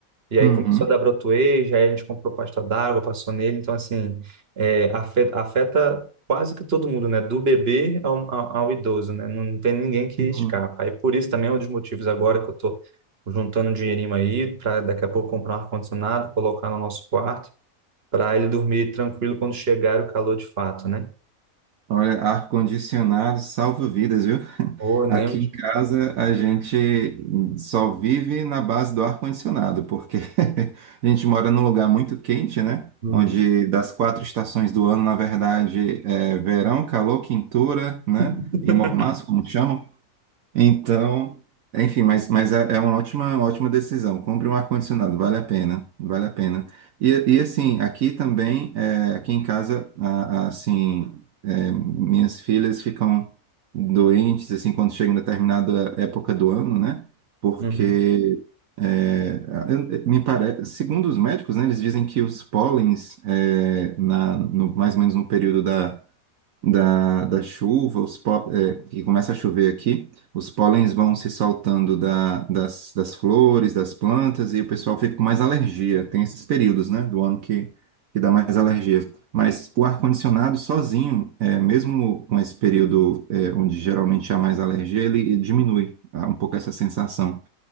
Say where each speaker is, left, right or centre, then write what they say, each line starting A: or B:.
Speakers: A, on the right (about 45°); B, on the right (about 70°).
A: E aí
B: Uhum.
A: começou a dar brotoeja, aí a gente comprou pasta d'água, passou nele. Então, assim, é, afeta, afeta quase que todo mundo, né? Do bebê ao, ao, ao idoso, né? Não tem ninguém que
B: Sim.
A: escapa. Aí, por isso também é um dos motivos agora que eu tô juntando um dinheirinho aí para daqui a pouco comprar um ar-condicionado, colocar no nosso quarto para ele dormir tranquilo quando chegar o calor de fato, né?
B: Olha, ar-condicionado salva vidas, viu? <laughs>
A: Ou nem.
B: Aqui em casa a gente só vive na base do ar-condicionado, porque <laughs> a gente mora num lugar muito quente, né?
A: Uhum.
B: Onde das quatro estações do ano, na verdade, é verão, calor, quintura, né?
A: <laughs>
B: E mormaço, como chamam. Então, enfim, mas, mas é é uma ótima, ótima decisão. Compre um ar-condicionado, vale a pena, vale a pena. E, e assim, aqui também, é, aqui em casa, a- a- assim, é, minhas filhas ficam doentes, assim, quando chega em determinada época do ano, né? Porque,
A: Uhum.
B: é, eu- me parece, segundo os médicos, né, eles dizem que os pólens, é, na, no, mais ou menos no período da, da chuva, os pó, é, que começa a chover aqui, os pólens vão se soltando da, das, das flores, das plantas, e o pessoal fica com mais alergia. Tem esses períodos, né, do ano que, que dá mais alergia. Mas o ar-condicionado sozinho, é, mesmo com esse período, é, onde geralmente há mais alergia, ele, ele diminui ah, um pouco essa sensação.